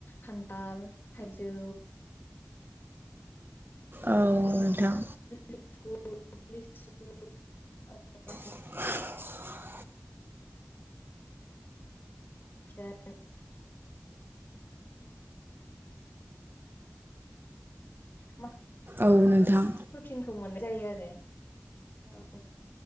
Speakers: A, on the left; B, on the right.
A: खान्थाल थाइजौ
B: औ नोंथां।
A: लेथुखु लेसु अके
B: <unintelligible>
A: बिथाइ <unintelligible> <unintelligible>
B: औ नोंथां।
A: प्रुटिनखौ मोननाय जायो आरो औ।